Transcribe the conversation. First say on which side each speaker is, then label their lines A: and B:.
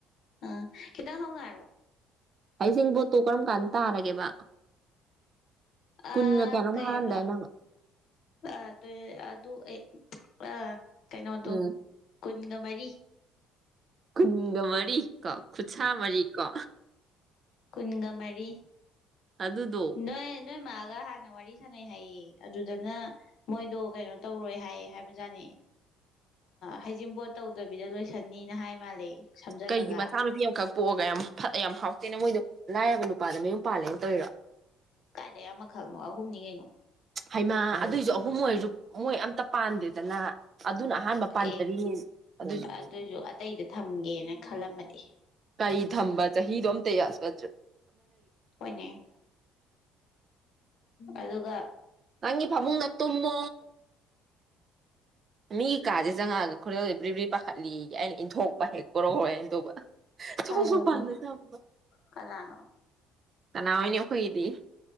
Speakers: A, on the left (about 65°); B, on the right (about 45°).
A: ꯑ ꯀꯗ ꯍꯣꯡꯉꯔ
B: ꯍꯩꯖꯤꯡꯕꯣꯠꯇꯨ ꯀꯔꯝ ꯀꯥꯟꯗ ꯇꯥꯔꯒꯦꯕ
A: ꯑ
B: ꯀꯨꯟꯒ ꯀꯌꯥꯅꯣꯝ
A: ꯀꯩꯕ
B: ꯍꯥꯏꯔꯝꯗꯥꯏ ꯅꯪ
A: ꯑ ꯑꯗꯨ ꯑꯥ ꯀꯩꯅꯣꯗꯣ
B: ꯎꯝ
A: ꯏ ꯃꯔꯤ
B: ꯀꯖꯋꯥꯅꯤ ꯀꯣ ꯈꯨꯠꯁꯥ ꯃꯔꯤ ꯀꯣ
A: ꯀꯨꯟꯒꯥ ꯃꯔꯤ
B: ꯑꯗꯨꯗꯣ
A: ꯅꯣꯏ ꯅꯣꯏ ꯃꯥꯜ ꯒ ꯍꯥꯟꯅ ꯋꯥꯔꯤ ꯁꯥꯟꯅꯩ ꯍꯥꯏꯌꯦ ꯑꯗꯨꯗꯅ ꯃꯣꯏꯗꯣ ꯀꯩꯅꯣ ꯇꯧꯔꯣꯏ ꯍꯥꯏ ꯍꯥꯏꯕꯖꯥꯠꯅꯦ ꯍꯩꯖꯤꯡꯄꯣꯠ ꯇꯧꯗꯕꯤꯗ ꯂꯣꯏꯁꯟꯅꯤꯅ ꯍꯥꯏ ꯃꯥꯜꯂꯦ ꯁꯝꯖꯜꯂꯒ
B: ꯀꯩꯒꯤ ꯃꯆꯥꯅꯨꯄꯤ ꯑꯃꯈꯛ ꯄꯣꯛꯑꯒ ꯌꯥꯝ ꯌꯥꯝ ꯍꯥꯎꯇꯦꯅ ꯃꯣꯏꯗꯣ ꯂꯥꯏꯕ ꯅꯨꯄꯥꯜꯗ ꯃꯌꯨꯝ ꯄꯥꯜꯂꯦꯅ ꯇꯧꯣꯏꯔꯥ
A: ꯀꯥꯏꯗꯦ ꯌꯥꯝꯃꯛꯒ ꯈꯛꯅꯣ ꯑꯍꯨꯝꯅꯤ ꯀꯩꯅꯣ
B: ꯍꯩꯃꯥ ꯑꯗꯨꯏꯁꯨ ꯑꯍꯨꯝ ꯑꯣꯏꯔꯁꯨ ꯃꯣꯏ ꯑꯝꯇ ꯄꯥꯟꯗꯦꯗꯅ ꯑꯗꯨꯅ ꯑꯍꯥꯟꯕ ꯄꯥꯟꯖꯔꯤꯅꯤ
A: ꯑꯦ
B: ꯑꯗꯨꯏꯁꯨ
A: ꯑꯗꯨꯁꯨ ꯑꯇꯩꯗ ꯊꯝꯒꯦꯅ ꯈꯜꯂꯝꯃꯗꯤ
B: ꯀꯔꯤ ꯊꯝꯕ ꯆꯍꯤꯗꯣ ꯑꯝꯇ ꯌꯥꯁ ꯅꯗ꯭ꯔ
A: ꯑꯣꯏꯅꯅꯦ ꯑꯗꯨꯒ
B: ꯅꯪꯒꯤ ꯐꯥꯕꯨꯡ ꯅ ꯃꯇꯨꯡꯏꯟꯅꯣ ꯀꯃ ꯃꯤꯒꯤ ꯀꯖꯦ ꯖꯒꯥꯒ ꯈꯨꯔꯦꯜꯗ ꯕꯔꯤꯕ꯭ꯔꯤ ꯄꯥꯈꯠꯂꯤꯒꯦ ꯑꯩꯅ ꯏꯟꯊꯣꯛꯄ ꯍꯦꯛ ꯄꯣꯔꯣꯔꯣꯏ ꯍꯥꯏꯅ ꯇꯧꯕ
A: ꯐꯔ
B: ꯁꯣꯝꯁꯨ ꯄꯥꯟꯅꯗꯕ
A: ꯀꯅ
B: ꯅꯥꯅꯦ ꯍꯣꯏꯗꯤ